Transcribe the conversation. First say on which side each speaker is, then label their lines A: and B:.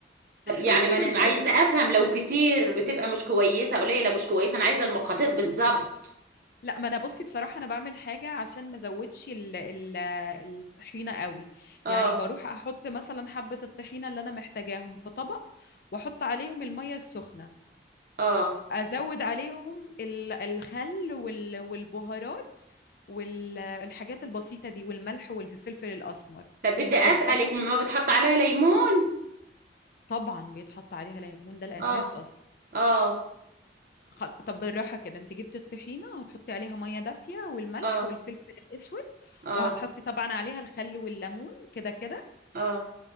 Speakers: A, on the right (about 50°); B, on the left (about 50°).
A: يعني
B: أنت
A: ما انا
B: وذوقك
A: عايزة افهم لو كتير بتبقى مش كويسة قليلة مش كويسة انا عايزة المقادير بالظبط
B: لا ما أنا بصي بصراحة أنا بعمل حاجة عشان ما أزودش ال... ال... الطحينة قوي
A: اه
B: يعني بروح أحط مثلا حبة الطحينة اللي أنا محتاجاهم في طبق وأحط عليهم المية السخنة
A: اه
B: أزود عليهم ال... الخل وال... والبهارات والحاجات البسيطة دي والملح والفلفل الأسمر
A: طب بدي اسألك
B: وبعد
A: ما بتحط عليها ليمون
B: طبعا بيتحط عليها ليمون ده الأساس
A: اه
B: أصلا
A: اه
B: خل... طب بالراحة كده انت جبت الطحينة هتحطي عليها مية دافية والملح
A: اه
B: والفلفل الأسود
A: اه
B: وهتحطي طبعا عليها الخل والليمون كده كده
A: اه